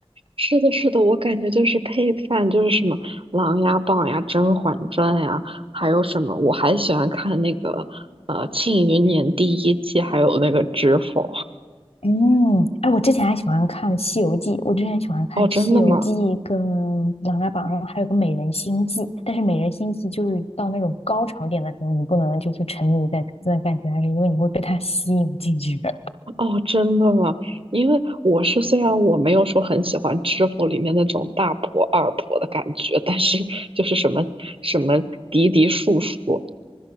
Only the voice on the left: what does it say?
嗯，哎，我之前还喜欢看《西游记》，我之前喜欢看《西游记》跟
《琅琊榜》，还有个《美人心计》。但是《美人心计》就是到那种高潮点的时候，你不能就是沉迷在这段感情上，是因为你会被它吸引进去。的。